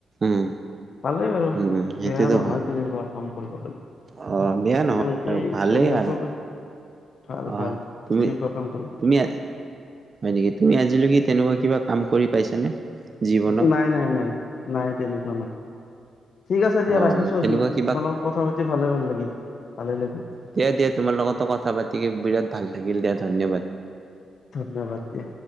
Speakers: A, on the right; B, on the left.
A: উম
B: ভালেই বাৰু,
A: উম সেইটোতো
B: বেয়া নহয়,
A: হয়
B: তেনেকুৱা কাম কৰিব পাৰি।
A: অ', বেয়া নহয়
B: এনেকে
A: আৰু ভালেই
B: চলি থাকিব
A: আৰু।
B: পাৰি ভাল
A: অ',
B: ভাল
A: তুমি
B: তেনেকুৱা কাম কৰিব
A: তুমি আজি হয় নেকি! তুমি আজিলৈকে তেনেকুৱা কিবা কাম কৰি পাইছানে? জীৱনত
B: নাই, নাই, নাই, নাই, তেনেকুৱা নাই। ঠিক আছে। দিয়া
A: অ
B: ৰাখিছো
A: তেনেকুৱা
B: আজি,
A: কিবা
B: তোমাৰ লগত কথা পাতি ভালে ভাল লাগিল ভালে লাগিল।
A: দিয়া, দিয়া তোমাৰ লগতো কথা পাতি বিৰাট ভাল লাগিল দিয়া। ধন্যবাদ।
B: ধন্যবাদ দিয়া।